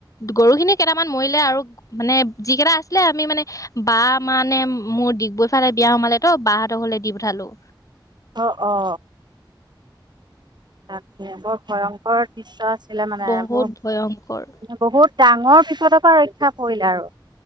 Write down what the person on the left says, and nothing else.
গৰু খিনিক কিছুমান মৰিলে আৰু মানে যি কেইটা আছিলে আমি মানে বা মানে মোৰ ডিগবৈ ফালে বিয়া সোমালে ত বাহতৰ ঘৰলে দি পঠালোঁ।
বহুত
ভয়ংকৰ